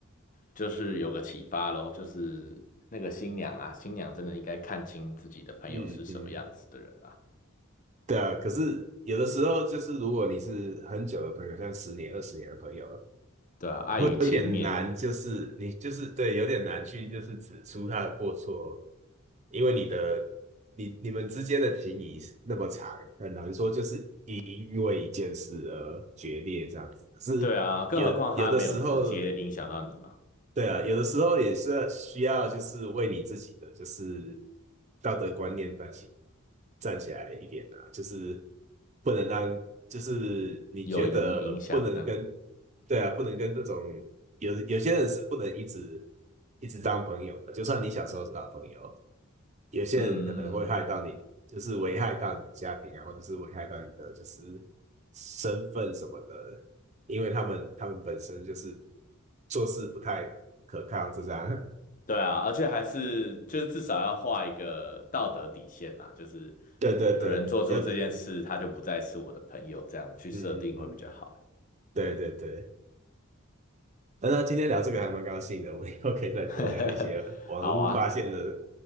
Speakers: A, on the left (about 40°); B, on the right (about 35°).
A: 就是有个启发咯，就是那个新娘啊，新娘真的应该看清自己的朋友是什么样子的人啊，
B: 嗯嗯，对啊，可是有的时候就是如果你是很久的朋友，像十年、二十年的朋友，
A: 对啊，爱与情面啊。
B: 有点难，就是你就是对，有点难去就是指出他的过错，因为你的你你们之间的情谊是那么长，很难说就是因因为一件事而决裂这样子。可是有有的时候
A: 对啊，更何况他没有直接影响到你嘛，
B: 对啊，有的时候也是需要，就是为你自己的就是道德观念站起站起来一点啊，就是不能让，就是你觉得不能跟，
A: 友谊影响这样。
B: 对啊，不能跟这种有有些人是不能一直一直当朋友的，就算你小时候是好朋友，有些人可能会害到你，
A: 嗯嗯嗯嗯嗯，
B: 就是危害到你的家庭啊，或者是危害到你的就是身份什么的，因为他们他们本身就是做事不太可靠，就这样。<laughs>
A: 对啊，而且还是就是至少要画一个道德底线啦，就是呃有人做出这件事，
B: 对对对，要，嗯
A: 他就不再是我的朋友，这样去设定会比较好。
B: 嗯嗯，对对对。那那今天聊这个还蛮高兴的，我们以后可以再多聊一些网络发现的
A: <laughs> 好啊，